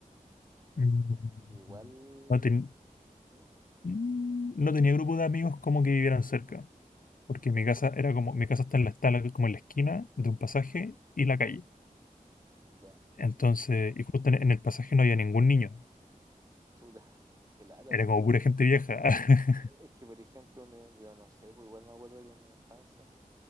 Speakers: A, on the left (about 70°); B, on the right (about 25°).
A: Mm,
B: Porque igual,
A: No, ten-
B: ¿Mm?
A: mm, no tenía grupo de amigos como que vivieran cerca, porque mi casa era como, mi casa está en la, está la- como en la esquina de un pasaje y la calle.
B: ya,
A: Entonces, y justo en en el pasaje no había ningún niño,
B: chuta, <laughs> qué lata
A: Era
B: eso
A: como
B: igual.
A: pura gente vieja. <laughs>
B: Eh, Es que por ejemplo, no- yo no sé, pues igual me acuerdo que en mi infancia